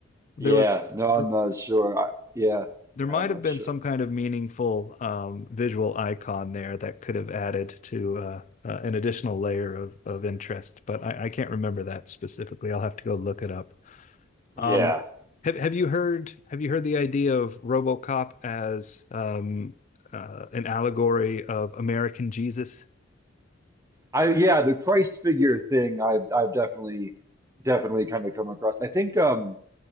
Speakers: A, on the left (about 40°); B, on the right (about 15°).
A: There
B: Yeah.
A: was
B: No, I'm
A: there,
B: not sure. I, yeah,
A: there might
B: I'm not
A: have been
B: sure.
A: some kind of meaningful um, visual icon there that could have added to uh, uh, an additional layer of of interest, but I, I can't remember that specifically. I'll have to go look it up. Um,
B: Yeah.
A: have have you heard have you heard the idea of RoboCop as um, uh, an allegory of American Jesus?
B: I yeah, the Christ figure thing I've I've definitely definitely kind of come across. I think um